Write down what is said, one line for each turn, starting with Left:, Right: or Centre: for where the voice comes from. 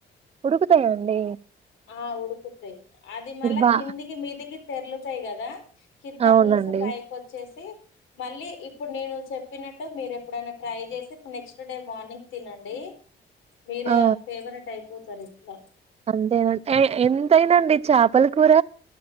Right: ఉడుకుతయండి
Left: ఆ ఉడుకుతయ్ అది మళ్ళ
Right: బా
Left: కిందికి మీదికి తెర్లుతయ్ గదా కింద
Right: అవునండి
Left: పులుసు పైకొచ్చేసి మళ్ళీ ఇప్పుడు నేను చెప్పినట్టు మీరెప్పుడైనా ట్రై జేసి నెక్స్ట్ డే మార్నింగ్ తినండి మీర
Right: ఆ
Left: ఫేవరెట్ అయిపోతరిట్లా
Right: అంతేనండి ఎంథైనండి చాపల కూర